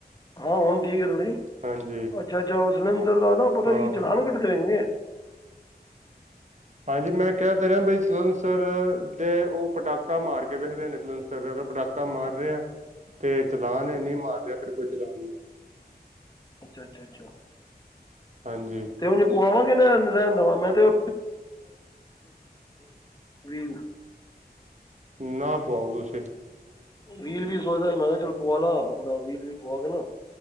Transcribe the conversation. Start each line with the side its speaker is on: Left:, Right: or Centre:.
Left: ਹਾਂ ਹੁਣ ਠੀਕ ਹੈ ਨਾਲੇ,
Right: ਹਾਂਜੀ
Left: ਅੱਛਾ-ਅੱਛਾ ਸਲੰਧਰ ਦਾ ਨਾ ਪਤਾ
Right: ਹਾਂ
Left: ਕੀ ਚਲਾਨ ਕੱਢ ਦੇਗੇ।
Right: ਹਾਂਜੀ, ਮੈਂ ਕਹਿ ਦੇ ਰਿਹਾ ਬਈ ਸਲੰਸਰ ਦੇ ਉਹ ਪਟਾਕਾ ਮਾਰ ਕੇ ਵੇਖਦੇ ਨੇ ਸਲੰਸਰ ਅਰ ਪਟਾਕਾ ਪੱਕਾ ਮਾਰ ਰਿਹਾ ਤੇ ਚਲਾਨ ਨਹੀਂ ਮਾਰ ਰਿਹਾ ਫਿਰ ਕੋਈ ਚਲਾ
Left: ਅੱਛਾ ਅੱਛਾ ਅੱਛਾ।
Right: ਹਾਂਜੀ
Left: ਤੇ ਉਹਨੂੰ ਪਵਾਵਾਂਗੇ ਰਹਿਣ ਦੇਵਾਂ ਮੈਂ ਤੇ ਵੀਲ
Right: ਨਾ ਪਾਵਾਓ ਤੁਸੀਂ
Left: ਵੀਲ ਵੀ ਸੋਚਦਾ ਮੈਂ ਕਿਹਾ ਚੱਲ ਪਆ ਲਾ ਆਪਣਾ ਵੀਲ ਵੀ ਪਆ ਕੇ ਨਾ